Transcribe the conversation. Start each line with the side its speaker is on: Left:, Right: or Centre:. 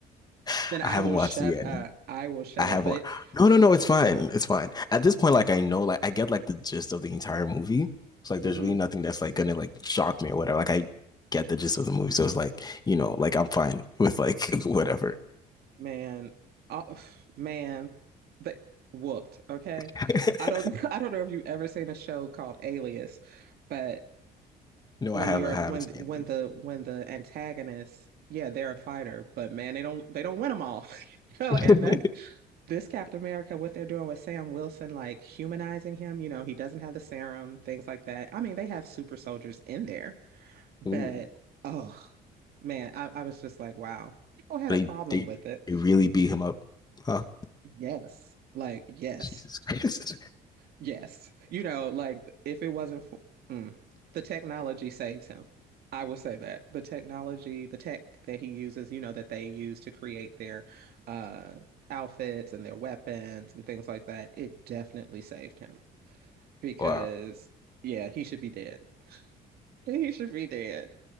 Left: <laughs>
Right: Then I
Left: I haven't
Right: will
Left: watched
Right: shut
Left: it yet.
Right: up. I will shut
Left: I haven't
Right: up. But it,
Left: No, no, no, it's fine. It's fine. At this point, like I know, like I get like the gist of the entire movie. So like
Right: mhm.
Left: there's really nothing that's like gonna like shock me or whatever. Like I get the gist of the movie. So it's like, you know, like I'm fine with like <laughs> whatever.
Right: man, uh, man, the whooped. Okay,
Left: <laughs>
Right: I don't. <laughs> I don't know if you ever seen a show called Alias, but
Left: no,
Right: when
Left: I haven't
Right: the
Left: I haven't
Right: when
Left: seen
Right: when the when the antagonists yeah they're a fighter but man they don't they don't win them all <laughs> you know
Left: it.
Right: and that's this Captain America what they're doing with Sam Wilson like humanizing him you know he doesn't have the serum things like that I mean they have super soldiers in there but
Left: <laughs> Ooh.
Right: oh man I, I was just like wow people had
Left: They
Right: a problem
Left: they
Right: with it
Left: they really beat him up. Huh?
Right: yes like yes
Left: Jesus Christ.
Right: Yes. You know, like if it wasn't for mm, the technology saves him. I will say that the technology, the tech that he uses, you know, that they use to create their uh outfits and their weapons and things like that, it definitely saved him because
Left: <laughs> wow.
Right: yeah, he should be dead. <laughs> He should be dead.